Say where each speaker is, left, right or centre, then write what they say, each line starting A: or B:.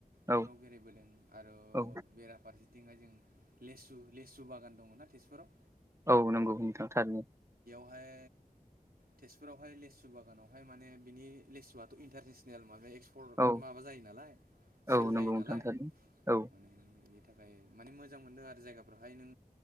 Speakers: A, on the right; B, on the right.
A: बेफोराव
B: औ
A: बेरायबोदों आरो
B: औ
A: बेराफार बिथिंहाय जों लेसु लेसु बागान दङ ना तेजपुराव
B: औ नंगौ नोंथां थारनो।
A: बेहाय तेजपुरावहाय लेसु बागानावहाय माने बिनि लेसुवथ' इन्टारनेसनेल माब एक्सपर्ट
B: औ
A: माबा जायो नालाय सेल
B: औ नंगौ
A: जायो। नालाय
B: थारैनो औ।
A: माने बेनि थाखाय माने मोजां मोनदों आरो जायगाफ्रावहाय नों